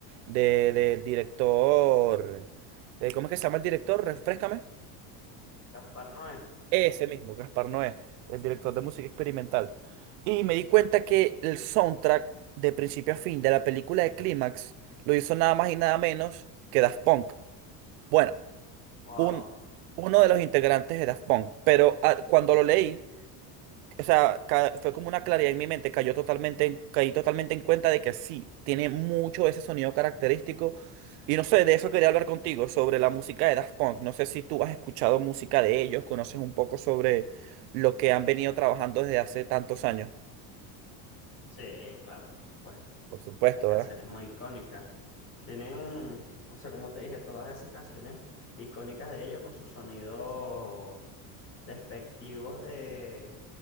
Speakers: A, on the right (about 90°); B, on the left (about 30°).
A: de, del director, eh, ¿cómo es que se llama el director? Refréscame.
B: Gaspar Noé.
A: Ese mismo, Gaspar Noé, el director de música experimental. Y me di cuenta que el soundtrack de principio a fin de la película de Clímax lo hizo nada más y nada menos que Daft Punk. Bueno,
B: Wow.
A: un, uno de los integrantes de Daft Punk, pero ah, cuando lo leí o sea, ca- fue como una claridad en mi mente, cayó totalmente, en- caí totalmente en cuenta de que sí, tiene mucho ese sonido característico. Y no sé, de eso quería hablar contigo, sobre la música de Daft Punk. No sé si tú has escuchado música de ellos, conoces un poco sobre lo que han venido trabajando desde hace tantos años.
B: Sí, claro, por supuesto.
A: Por supuesto,
B: Tienen canciones
A: ¿verdad?
B: muy icónicas. Tienen, o sea, como te dije, todas esas canciones icónicas de ellos con sus sonidos despectivos de,